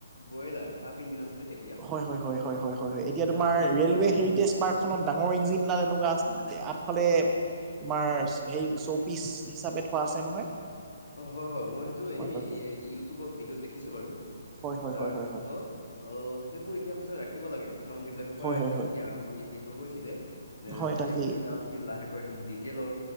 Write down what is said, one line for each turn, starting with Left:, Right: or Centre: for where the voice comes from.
Left: বইলাৰ ভাপ ইঞ্জিন আছিলে তেতিয়া
Right: হয় হয় হয় হয় হয় হয় এতিয়া
Left: এ
Right: তোমাৰ
Left: লাহেকৈ
Right: ৰেলৱে
Left: আহি
Right: হেৰি টেষ্ট পাৰ্কখনত ডাঙৰ ইঞ্জিনডাল এনেকুৱা আগফালে তোমাৰ সেই শ্ব'পিচ হিচাপে থোৱা আছে নহয়।
Left: অ' হয় হয় মই সেইটো এনেই
Right: হয় হয়
Left: ই-ইউটিউবৰ ভিডিঅ'ত দেখিছোঁ বাৰু।
Right: হয় হয়
Left: তাৰপিছত
Right: হয় হয় হয়।
Left: অ' সেইবোৰ ইতিহাস সঁচাই ৰাখিব লাগে কাৰণ সেইবিলাকৰ পৰা
Right: হয় হয় হয়
Left: সৃষ্টি
Right: হয়
Left: আৰম্ভণি যিহেত হৈছিলে এ,
Right: হয় হয়
Left: তেতিয়া
Right: তাকেই
Left: কয়লা হৈছিল লাহেকৈ আহিল ডিজেলৰ